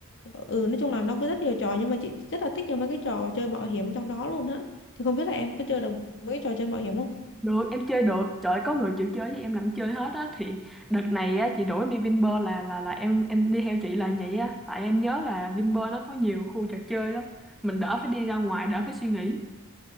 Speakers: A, on the left; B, in the centre.
A: Ừ nói chung là nó có rất nhiều trò Nhưng mà chị rất là thích những mấy cái trò chơi mạo hiểm trong đó luôn á Thì không biết là em có chơi được mấy cái trò chơi mạo hiểm không?
B: Được, em chơi được. Trời ơi, có người chịu chơi với em làm chơi hết á thì đợt này á chị đuổi em đi Vinpearl là là là em em đi theo chị là vậy á, tại em nhớ là Vinpearl nó có nhiều khu trò chơi lắm. Mình đỡ phải đi ra ngoài, đỡ phải suy nghĩ.